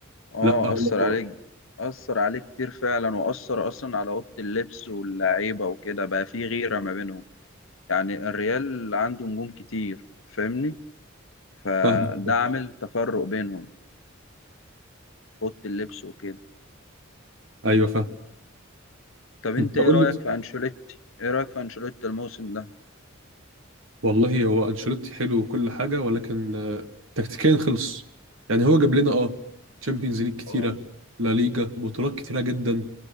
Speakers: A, on the left; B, on the right.
A: اه
B: لا هو
A: أثر عليك أثر عليه كتير فعلا وأثر أصلا على أوضة اللبس واللعيبة وكده بقى في غيرة ما بينهم يعني الريال عنده نجوم كتير فاهمني فده
B: فاهم
A: عامل تفرق بينهم اوضه اللبس وكده
B: ايوه فاهم
A: طب انت
B: انت قول
A: ايه رايك
B: لي
A: في انشيلوتي ايه رايك في انشيلوتي الموسم ده
B: والله هو انشيلوتي حلو وكل حاجه ولكن آه، تكتيكيا خلص يعني هو جاب لنا اه تشامبيونز ليج كتيره
A: اه
B: لا ليجا بطولات كتيره جدا